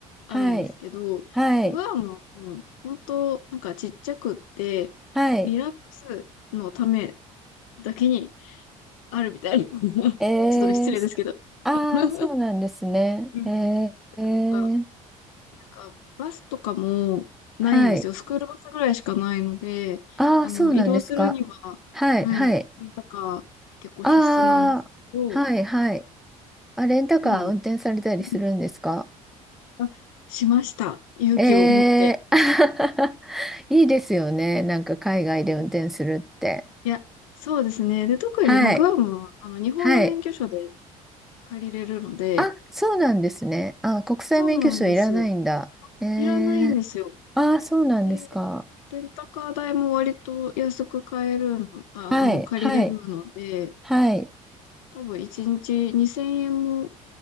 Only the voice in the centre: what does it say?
はい、はい、
はい、
えー、
ああー、
そうなんですね。
えー、えー
はい、
ああ、
そうなんですか。
はい、
はい、
ああ、はい、はい。あ、レンタカー運転されたりするんですか
えー、<laughs> いいですよね。なんか海外で運転するって。
はい、
はい。
あ、そうなんですね。あ、国際免許証いらないんだ。
え
ーああ、そうなんですか。
はい、
はい、はい。